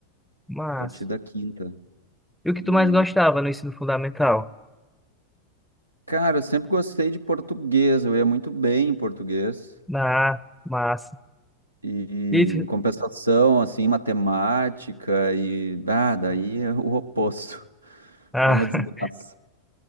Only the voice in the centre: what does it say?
Massa.
E o que
tu mais gostava no ensino fundamental?
Ah, massa.
E tu-
Ah,
<laughs>